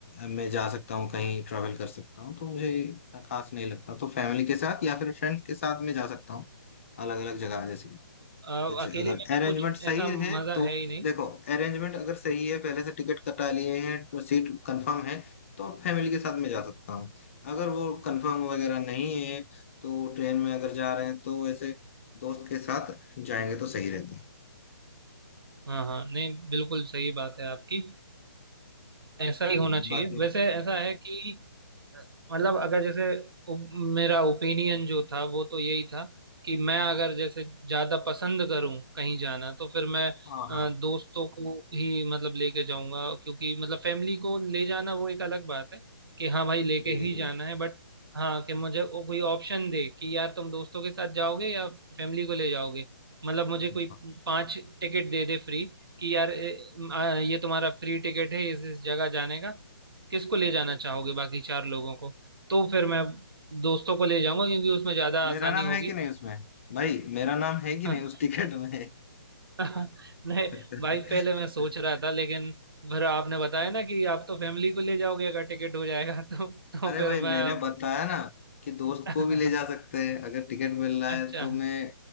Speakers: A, on the left (about 35°); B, on the right (about 65°).
A: मैं जा सकता हूँ कहीं ट्रैवल कर सकता हूँ तो मुझे इतना खास नहीं लगता तो फैमिली के साथ या फिर फ्रेंड्स के साथ मैं जा सकता हूँ अलग अलग जगह जैसे
B: अ,
A: कुछ अगर
B: अकेले में तो
A: अरेंजमेंट
B: कुछ
A: सही
B: ऐसा मजा
A: है तो
B: है ही नहीं
A: देखो अरेंजमेंट अगर सही है पहले से टिकट कटा लिए हैं सीट कंफर्म है तो आप फैमिली के साथ में जा सकता हूँ अगर वो कंफर्म वगैरह नहीं है तो ट्रेन में अगर जा रहे हैं तो ऐसे दोस्त के साथ जाएंगे तो सही रहता है
B: हाँ हाँ नहीं बिल्कुल सही बात है आपकी ऐसा ही
A: हम्म,
B: होना चाहिए
A: बाकी
B: वैसे ऐसा है कि अ, मतलब अगर जैसे ओ- मेरा ओपिनियन जो था वो तो यही था कि मैं अगर जैसे ज्यादा पसंद करूं कहीं जाना तो फिर मैं
A: हाँ
B: अ,
A: हाँ
B: दोस्तों को ही मतलब लेके जाऊंगा क्योंकि मतलब फैमिली को ले जाना वो एक अलग बात है कि हाँ भाई लेके
A: जी
B: ही
A: जी जी।
B: जाना है बट हाँ कि मुझे वो कोई ऑप्शन दे कि यार तुम दोस्तों के साथ जाओगे या फैमिली को ले जाओगे मतलब मुझे
A: हाँ, हाँ,
B: कोई
A: हाँ।
B: पांच टिकट दे दे फ्री कि यार ए, आ, ये तुम्हारा फ्री टिकट है इस इस जगह जाने का किसको ले जाना
A: अच्छा
B: चाहोगे
A: अच्छा
B: बाकी चार लोगों को तो फिर मैं दोस्तों को ले जाऊंगा क्योंकि उसमें ज्यादा
A: मेरा
B: आसानी
A: नाम
B: होगी
A: है कि नहीं उसमें भाई मेरा नाम है कि
B: <laughs>
A: नहीं उस टिकट में
B: नहीं
A: <laughs>
B: भाई पहले मैं सोच रहा था लेकिन फिर आपने बताया ना कि आप तो फैमिली को ले जाओगे अगर टिकट हो जाएगा <laughs> तो तो
A: अरे
B: फिर
A: भाई
B: मैं
A: मैंने
B: अब-
A: बताया ना कि दोस्त
B: <laughs>
A: को भी ले जा सकते हैं अगर टिकट मिल रहा
B: अच्छा
A: है तो मैं